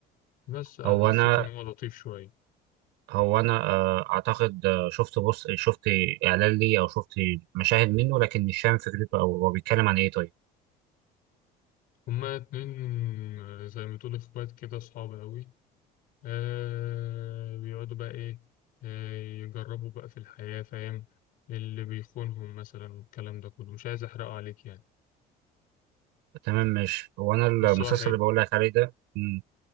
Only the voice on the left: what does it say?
بس حسيت
ان هو لطيف شوية
هما اتنين آه، زي ما تقول اخوات كده صعب قوي آه بيقعدوا بقى ايه آه يجربوا بقى في الحياة فاهم اللي بيخونهم مثلا والكلام ده كله مش عايز احرقه عليك يعني
بس هو حلو